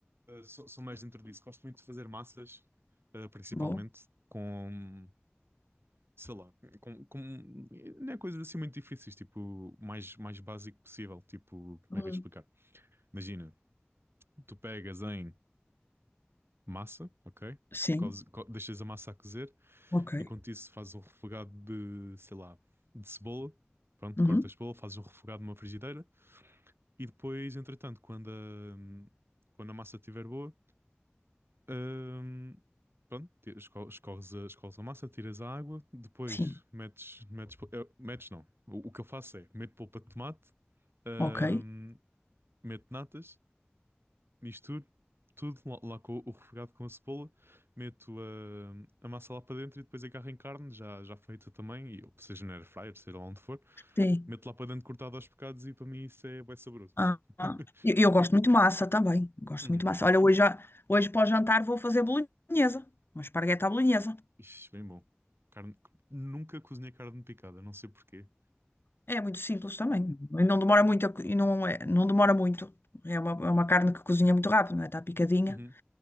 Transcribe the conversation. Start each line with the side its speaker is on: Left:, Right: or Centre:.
Right: eh, sou, sou mais dentro disso. Gosto muito de fazer massas, eh, principalmente
Left: bom.
Right: com, sei lá, com, com, não é coisas assim muito difíceis, tipo, o mais, mais básico possível. Tipo, como
Left: Hum.
Right: é que eu ia explicar? Imagina, tu pegas em massa, ok?
Left: Sim,
Right: Coze- co- Deixas a massa a cozer.
Left: ok.
Right: E quanto isso, fazes um refogado de, sei lá, de cebola. Pronto,
Left: Uhum.
Right: cortas a cebola, fazes um refogado numa frigideira. E depois, entretanto, quando a, quando a massa estiver boa, hum, pronto, ti- esco- escorres a, escorres a massa, tiras a água. Depois,
Left: Sim,
Right: metes, metes, pol- eh, metes não. O, o que eu faço é, meto polpa de tomate, hum,
Left: ok.
Right: meto natas misturo tudo lá, lá com o refogado com a cebola, meto a, a massa lá para dentro e depois agarro em carne, já, já feita também, e, seja na air fryer, seja lá onde for,
Left: Sim.
Right: meto lá para dentro cortado aos bocados e para mim isso é bem saboroso.
Left: Ah,
Right: <laughs>
Left: ah. Eu, eu gosto muito de massa também. Gosto
Right: Uhum.
Left: muito de massa. Olha, hoje, já- hoje para o jantar vou fazer bolonhesa. Uma espargueta à bolonhesa.
Right: Ixi, bem bom. Carne... Nunca cozinhei carne picada, não sei porquê.
Left: É muito simples também. E não demora muito. a co- E não, é- não demora muito. É uma, é uma carne que cozinha muito rápido, não é? Está picadinha.
Right: Uhum.